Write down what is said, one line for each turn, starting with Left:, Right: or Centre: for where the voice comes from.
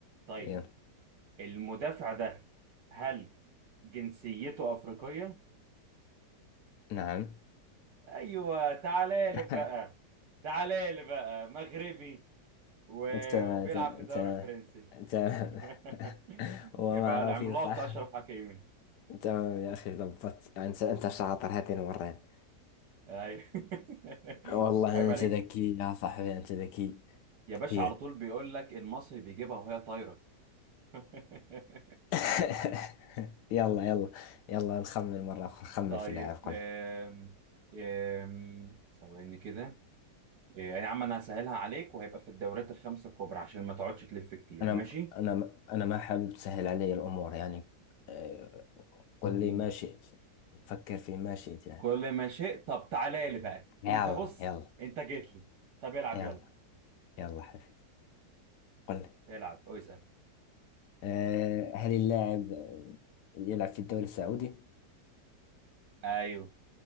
Right: طيب
Left: يلا
Right: المدافع ده هل جنسيته أفريقية
Left: نعم
Right: ايوه تعالى لي
Left: <laughs>
Right: بقى تعالى لي بقى مغربي و-
Left: تمام
Right: وبيلعب
Left: تمام
Right: في الدوري
Left: تمام
Right: الفرنسي
Left: تمام.
Right: <laughs>
Left: هو
Right: يبقى
Left: معروف
Right: العملاق
Left: <laughs> صح
Right: أشرف حكيمي
Left: تمام يا أخي ضبطت أنت أنت شاطر هذه المرة
Right: أيوة. <laughs>
Left: والله
Right: عيب عليك
Left: أنت ذكي يا صاحبي أنت ذكي
Right: يا
Left: كثير
Right: باشا على طول بيقول لك المصري بيجيبها وهي طايرة <laughs>
Left: <laughs> يلا يلا يلا نخمن مرة أخرى خمن
Right: طيب
Left: في لاعب قل
Right: آم، آم، ثواني كده آه، يا عم انا هسهلها عليك وهيبقى في الدورات الخمسة الكبرى عشان ما تقعدش تلف كتير
Left: أنا
Right: ماشي
Left: أنا أنا ما حابب تسهل علي الأمور يعني آه، قل لي
Right: مم.
Left: ما شئت فكر في ما شئت يعني
Right: كل ما شئت طب تعالى لي بقى
Left: يلا
Right: انت بص
Left: يلا
Right: انت جيت لي طب العب
Left: يلا
Right: يلا
Left: يلا حبيبي قل لي
Right: العب اسأل
Left: آه، هل اللاعب آه، يلعب في الدوري السعودي؟
Right: ايوه